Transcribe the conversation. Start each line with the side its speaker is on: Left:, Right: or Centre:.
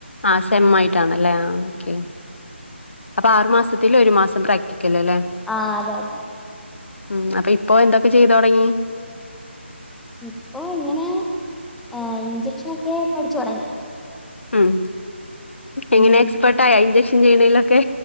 Left: ആഹ് സെമ്മ ആയിട്ടാണ്ല്ലേ ആഹ് ഓക്കെ അപ്പാ ആറ്മാസത്തില് ഒരു മാസം പ്രാക്ടിക്കല് ല്ലേ
Centre: ആഹ് അതെ അതെ
Left: ഉം അപ്പ ഇപ്പൊ എന്തൊക്കെ ചെയ്തു തൊടങ്ങി
Centre: ഇപ്പൊ ഇങ്ങനെ ഏഹ് ഇഞ്ചക്ഷനൊക്കെ പഠിച്ചൊടങ്ങി
Left: ഉം ഇങ്ങനെ
Centre: ഉം
Left: എക്സ്പേട്ടായോ ഇഞ്ചക്ഷൻ ചെയ്യ്ണേലൊക്കെ